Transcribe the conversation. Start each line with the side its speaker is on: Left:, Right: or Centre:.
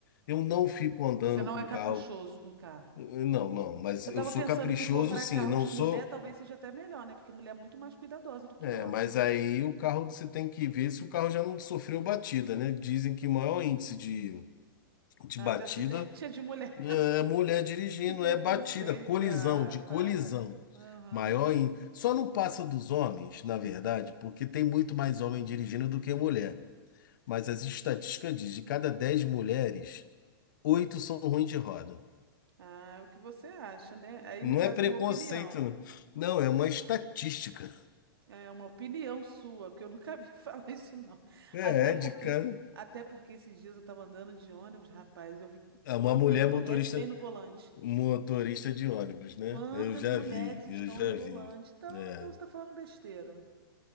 Left: Eu não fico andando
Right: Você não
Left: com
Right: é
Left: o
Right: caprichoso
Left: carro.
Right: com o carro.
Left: eu- Não, não, mas
Right: Eu
Left: eu
Right: tava
Left: sou
Right: pensando
Left: caprichoso,
Right: que comprar
Left: sim.
Right: carro
Left: Não
Right: de
Left: sou.
Right: mulher talvez seja até melhor, né? Porque mulher é muito mais cuidadosa do que
Left: É,
Right: homem.
Left: mas aí o carro você tem que ver se o carro já não sofreu batida, né? Dizem que o maior índice de, de
Right: Ah,
Left: batida.
Right: de acidente <laughs> é de mulher.
Left: É, mulher dirigindo
Right: Que preconceito.
Left: é batida, colisão,
Right: Ah,
Left: de colisão.
Right: para. Aham.
Left: Maior em... Só não passa dos homens, na verdade, porque tem muito mais homem dirigindo do que mulher. Mas as estatísticas dizem, de cada 10 mulheres, oito são ruins de roda.
Right: Ah, é o que você acha, né? Aí,
Left: Não
Right: no caso,
Left: é preconceito,
Right: é uma opinião.
Left: não, Não, é uma estatística.
Right: É uma opinião sua, que eu nunca vi <laughs> falar isso, não.
Left: É,
Right: Até porque,
Left: é de cara.
Right: até porque esses dias eu tava andando de ônibus, rapaz, eu vi
Left: é
Right: quantas
Left: Uma mulher
Right: mulheres
Left: motorista,
Right: tem no volante.
Left: motorista de ônibus, né?
Right: Quantas
Left: Eu já
Right: mulheres
Left: vi,
Right: estão
Left: eu já
Right: no volante.
Left: vi.
Right: Então,
Left: É.
Right: então você tá falando besteira.